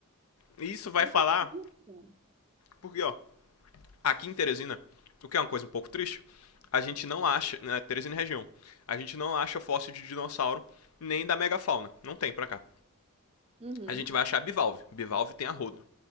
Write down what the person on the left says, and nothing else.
E isso vai
falar,
porque, ó, aqui em Teresina, o que é uma coisa um pouco triste, a gente não acha, né, Teresina e região, a gente não acha fóssil de dinossauro nem da megafauna. Não tem pra cá.
A gente vai achar bivalve. Bivalve tem a rodo.